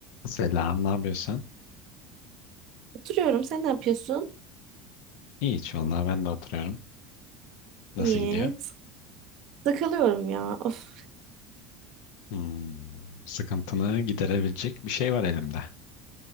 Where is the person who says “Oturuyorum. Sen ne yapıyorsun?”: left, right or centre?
Right